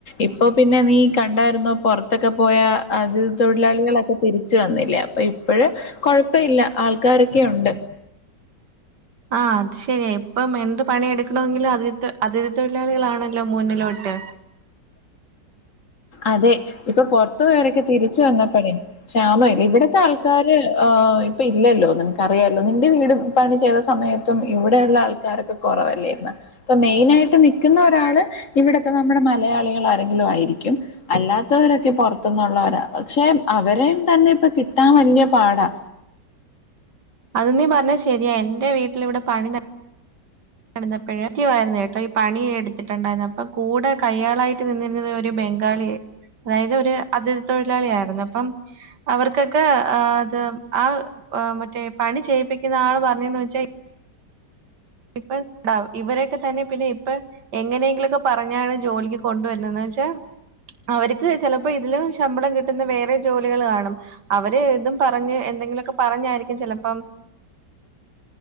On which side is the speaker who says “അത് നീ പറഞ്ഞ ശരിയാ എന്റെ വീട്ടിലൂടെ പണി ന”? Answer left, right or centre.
Right